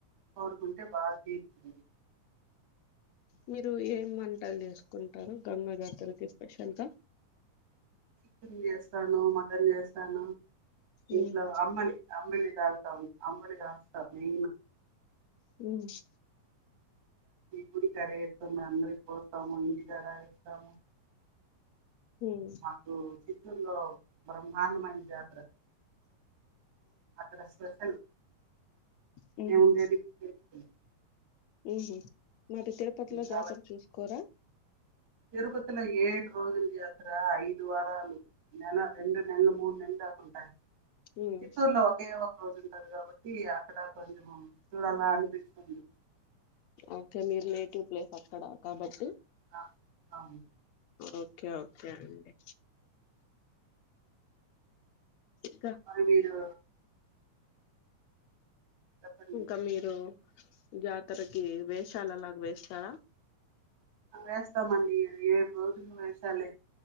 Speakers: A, on the right; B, on the left.
A: కోరుకుంటే బాగా తీరుతుంది
B: మీరు ఏం వంటలు చేసుకుంటారు గంగా జాతరకి స్పెషల్గా
A: చికెన్ చేస్తాను మటన్ చేస్తాను ఇంట్లో
B: ఉమ్
A: అమ్మలి అమ్మలి తాగుతాము అమ్మలుగాస్తమీ
B: హ్మ్
A: గుడి కడ <unintelligible> అందరికి పోస్తాము ఇంటికడ ఇస్తాము
B: ఉమ్
A: నాకు ఉర్లో బ్రహ్మాండమైన జాతర అక్కడ స్పెషల్
B: హ్మ్
A: మేము
B: హు
A: ఉండేది ఇప్పుడు తిరుపతిలో
B: హ్మ్ హు మరి తిరుపతిలో
A: కాబట్టి
B: జాతర చూసుకోరా
A: తిరుపతిలో ఏడు రోజులు జాతర ఐదు వారాలు నెల రెండు నెలలు మూడు నెలలు దాకుంటాయి
B: ఉమ్
A: చీతూర్ లో ఓకే ఒక రోజు ఉంటారు కాబట్టి అక్కడ కొంచెం చూడాల అనిపిస్తుంది
B: ఓకే మీరు నేటివ్ ప్లేస్ అక్కడ కాబట్టి
A: ఆ, అవును
B: ఓకే ఓకే అండి ఇంకా
A: మరి మీరు చెప్పండి
B: ఇంకా మీరు జాతరకి వేషాలు అలాగ వేస్తారా
A: వేస్తామండి ఏడు రోజులు వేసాలి